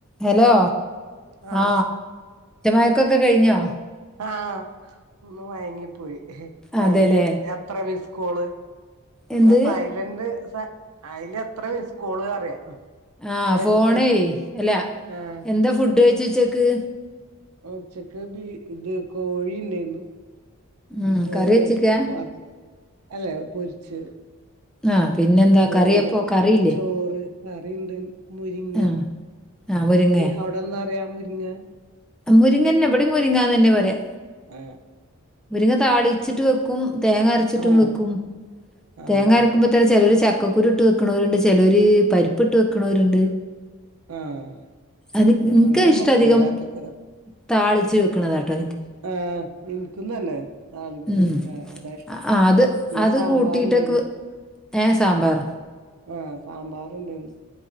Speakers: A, in the centre; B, on the right.
A: Hello
B: ആഹ്
A: ആ തെരക്കൊക്കെ കഴിഞ്ഞോ?
B: ആ ഒന്ന് മയങ്ങിപ്പോയി
A: അതെല്ലേ
B: അതില് എത്ര മിസ്ക്കൊള്
A: എന്ത്
B: ത് സൈലന്റ് സ അയില് എത്ര മിസ്കോള് അറിയാ
A: ആ
B: ഏട്ടത്തി
A: ഫോണേയ് അല്ലാ
B: ആഹ്
A: എന്താ ഫുഡ് കഴിച്ചേ ഉച്ചക്ക്?
B: അ ഉച്ചക്ക്ബി ഇത് കോഴി ഉണ്ടായിന്നു.
A: ഉം
B: കോഴി
A: കറി വെച്ചിക്കാ
B: വർ അല്ല പൊരിച്ച്
A: ആ പിന്നെന്താ
B: ചോറ്
A: കറിയപ്പോ കറിയില്ലേ?
B: ചോറ് കറിണ്ട് മുരിങ്ങ
A: ആഹ് ആഹ് മുരിങ്ങേ
B: അവുടെന്താറിയാ മുരിങ്ങാ
A: മുരിങ്ങന്നെ ഇവടിം മുരിങ്ങന്നെന്നെ പറയാ
B: ആ
A: മുരിങ്ങ താളിച്ചിട്ട് വെക്കും തേങ്ങ അരച്ചിട്ടും
B: ആഹ്
A: വെക്കും
B: ആഹ് ആഹ്
A: തേങ്ങ അരക്കുമ്പോ തന്നെ ചേലോർ ചക്ക ക്കക്കൂരുട്ട് വെക്ണോര് ണ്ട് ചേലോര് പരിപ്പിട്ട് വെക്ക്ണോര്ണ്ട്.
B: ആഹ്
A: അത് ഇൻക്ക്
B: ഞങ്ങളും
A: ഇഷ്ടം
B: വെക്കും
A: അധികം താളി ച്ച് വെക്ക്ണതാട്ടോ.
B: ആ ഇൻക് ക്കുംതെന്നെ താളിപ്പ്
A: ഉം.
B: ഹാ അതാ ഇഷ്ടം
A: ആ ആ, അത്
B: പിന്നെ
A: അത്
B: സാമ്പാർ
A: കൂട്ടിയിട്ടൊക്കെ
B: ഇണ്ടായിനും.
A: വെ- ഏ സാമ്പർ
B: ആ സാമ്പാർ ഇണ്ടായിനും